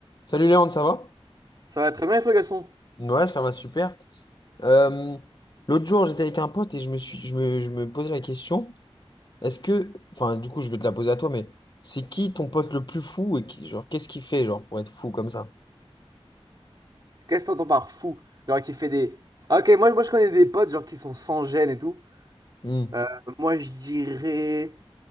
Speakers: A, on the left; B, on the right.
A: Salut Léon, ça va?
B: Ça va très bien, et toi, Gaston?
A: Ouais, ça va super. Euh, l'autre jour, j'étais avec un pote et je me suis, je me, je me posais la question, est-ce que, enfin, du coup, je vais te la poser à toi, mais c'est qui ton pote le plus fou et qui, genre, qu'est-ce qu'il fait, genre, pour être fou comme ça?
B: Qu'est-ce que t'entends par fou? Genre, qui fait des. Ah, ok, moi, moi, je connais des potes, genre, qui sont sans gêne et tout.
A: Hmm.
B: Euh, moi, je dirais.